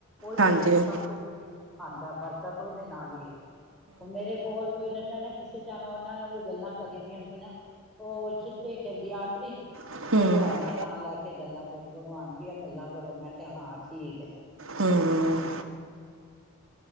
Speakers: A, in the centre; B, on the right (about 65°).
A: ਉਹੀ
B: ਹਾਂਜੀ
A: ਉਹ ਸਬ ਕੁਛ ਆਉਂਦਾ ਬਰਕਤ ਉਹਦੇ ਨਾਲ ਹੀ ਹੈ। ਹੁਣ ਮੇਰੇ ਕੋਲ ਕੋਈ ਰਹਿੰਦਾ ਨਾ ਕਿਸੇ ਟਾਈਮ ਉਹਨਾਂ ਨਾਲ ਵੀ ਗੱਲਾਂ ਕਰੀ ਦੀਆਂ ਸੀ ਨਾ। ਉਹ ਤੇ ਕਹਿੰਦੀ ਆਂਟੀ।
B: ਹੂੰ-ਹੂੰ-ਹੂੰ-ਹੂੰ
A: ਭਗਵਾਨ ਦਾ ਨਾਂ ਲੈ ਕੇ ਗੱਲਾਂ ਕਰੋ ਭਗਵਾਨ ਦੀਆਂ ਗੱਲਾਂ ਕਰੋ ਮੈਂ ਕਿਹਾ ਹਾਂ ਠੀਕ ਹੈ।
B: ਹਮ।